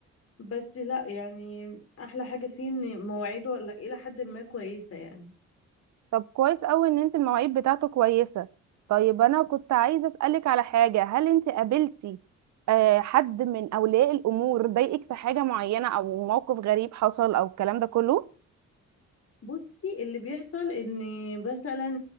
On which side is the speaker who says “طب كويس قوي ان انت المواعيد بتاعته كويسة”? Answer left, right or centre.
Right